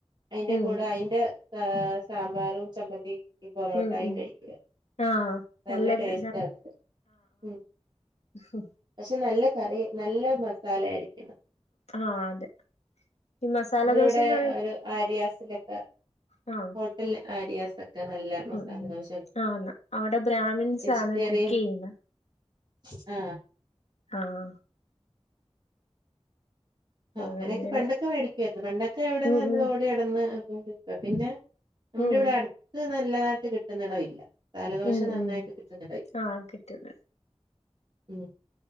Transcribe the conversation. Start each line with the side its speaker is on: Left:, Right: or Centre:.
Right: അയിന്റെ
Left: ഉം
Right: കൂടെ അയിന്റെ സാമ്പാറും ചമ്മന്തി പൊറോട്ടായും
Left: ഉം ഉം
Right: കഴിക്കും
Left: ആഹ്
Right: നല്ല
Left: നല്ലൊരു
Right: ടേസ്റ്റ അത് ഉം
Left: ഉം
Right: പക്ഷെ നല്ല കറി നല്ല മസാല ആയിരിക്കണം
Left: ആ അതെ ഈ മസാല
Right: നമ്മള്
Left: ദോശന്ന്
Right: ഇവടെ ഒരു ആരിയാസിലൊക്ക
Left: ആ
Right: ഹോട്ടല് ആരിയാസ് ഒക്ക നല്ല മസാലദോശ
Left: ഉം ആന്ന് അവിടെ ബ്രാഹ്മിൻസ്
Right: വെജിറ്റേറിയൻ
Left: ആണ് കുക്ക് ചെയ്യുന്നെ
Right: ആ
Left: ആഹ്
Right: ആ
Left: ആഹ്
Right: അങ്ങനെയേക്കെ
Left: അങ്ങനെ
Right: പണ്ടൊക്കെ വെടിക്കുവായിരുന്നു പണ്ടൊക്കെ ഇവടെന്ന്
Left: ഉം
Right: നമ്മള്
Left: ഉം
Right: ഓടി നടന്ന് പിന്നെ നമ്മുടെ
Left: ഉം
Right: ഇവടെ അട്ത്ത് നല്ലതായിട്ട് കിട്ടുന്നടമില്ല മസാല ദോശ
Left: ഉം
Right: നന്നായിട്ട്
Left: ഉം
Right: കിട്ടുന്നി <unintelligible>
Left: ആഹ് കിട്ടും
Right: ഉം